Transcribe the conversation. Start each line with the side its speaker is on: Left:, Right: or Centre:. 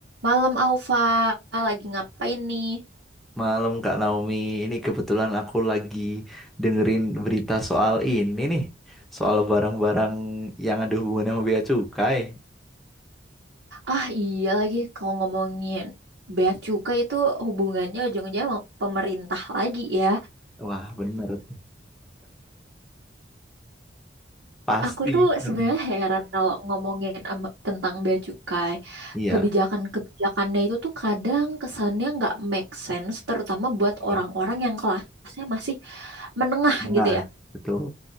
Right: Malam Alfa, lagi ngapain nih?
Centre: Malam Kak Naomi, ini kebetulan aku lagi dengerin berita soal ini nih, soal barang-barang yang ada hubungannya sama bea cukai.
Right: Ah iya lagi, kalau ngomongin bea cukai itu hubungannya ujung-ujungnya sama pemerintah lagi ya.
Centre: Wah, bener, pasti.
Right: Aku tuh
Centre: Mm,
Right: sebenarnya heran kalau ngomongin ama- tentang bea cukai.
Centre: Iya,
Right: Kebijakan-kebijakannya itu tuh kadang kesannya nggak make sense, terutama buat
Centre: betul.
Right: orang-orang yang kelasnya masih menengah gitu
Centre: Nah,
Right: ya.
Centre: betul,